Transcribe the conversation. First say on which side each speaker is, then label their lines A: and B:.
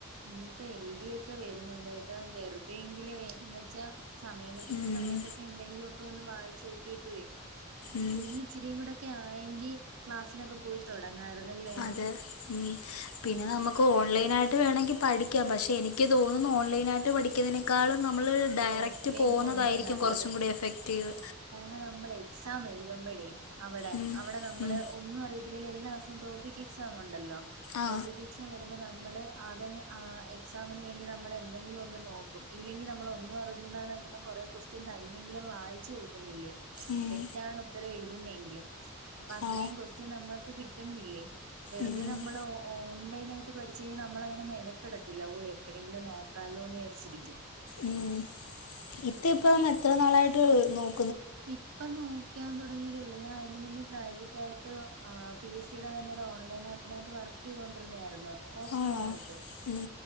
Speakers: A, on the right (about 75°); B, on the left (about 85°).
A: ഇനിയിപ്പെ എൽ ഡി ഒക്കെ വരുന്നുണ്ട് കേട്ടൊ. വെറുതെങ്കില് എന്ന് വച്ചാ സമയം കിട്ടുന്ന
B: ഉം
A: സമയത്തൊക്കെ എന്തെങ്കിലു ഒക്കെ ഒന്ന് വായിച്ച് നോക്കിട്ട്വ
B: ഉം
A: കുഞ്ഞി ഇച്ചിരികൂടെക്കെ ആയെങ്കി ക്ലാസ്സിനൊക്കെ പോയി തൊടങ്ങായിരുന്നല്ലെ.
B: അതെ ഉം പിന്നെ നമക്ക് ഓൺലൈനായിട്ട് വേണമെങ്കി പഠിക്കാ. പക്ഷെ എനിക്ക് തോനുന്നു ഓൺലൈനായിട്ട് പഠിക്കുന്നതിനേക്കാളും നമ്മള് ഡയറക്റ്റ്
A: ഓഫ്ലൈൻ
B: പോവുന്നതായിരിക്കും
A: പോവുന്നയാ നല്ലത്
B: ക്കൊറച്ചും കൂടെ എഫക്ട്റ്റീവ്.
A: കാരണം നമ്മള് എക്സാം എഴുതുമ്പഴേ അവിടെ
B: ഉം
A: അവിടെ നമ്മള്
B: ഉം
A: ഒന്നും അറിയത്തി ജില്ലല് എല്ലാ മാസവും ടോപ്പിക് എക്സാം ഇണ്ടല്ലോ.
B: ആ
A: ടോപ്പിക് എക്സാം വരുമ്പം നമ്മൾ അത് അങ്ങ് എക്സാമിന് വേണ്ടി നമ്മള് എന്തെങ്കിലും ഒന്ന് നോക്കും. ഇല്ലെങ്കി നമ്മള് ഒന്നും അറിഞ്ഞുകൂടാന്നകിലും കൊറെ കൊസ്റ്റ്യൻ തനിയെങ്കിലും വായിചോക്കും നോക്കുന്നില്ലെ
B: ഉം
A: തെറ്റാണ് ഉത്തരം എഴുതുന്നങ്കിലും അപ്പൊ അത്രേം
B: ആ
A: കൊസ് പിന്നെ നമ്മൾക്ക് കിട്ടുന്നില്ലേ വെറുതെ
B: ഉം
A: നമ്മള് ഓ- ഓൺലൈനായിട്ട് പഠിച്ച് കഴിഞ്ഞാൽ നമ്മള് അങ്ങനെ മെനക്കടത്തില്ല ഓഹ് എപ്പോഴെങ്കിലും നോക്കാലോന്ന് വിചരിച്ചിരിക്കും
B: ഉം ഇത്ത ഇപ്പം എത്ര നാളായിട്ട് നോ-
A: ഇപ്പം നോക്കാൻ തൊടങ്ങിയതേയുള്ളൂ ഞാൻ അതിന് മുന്നേ പ്രൈവറ്റ് ആയിട്ട് പി എസ് സിയുടെ തന്നെ ഒരു ഓൺലൈൻ ആപ്പിനകത്ത് വർക്ക് ചെയ്തൊണ്ടിരുന്നായിരുന്നു ഓഫ്‌ലൈൻ
B: ആണോ
A: ആയിട്ട്
B: ഉം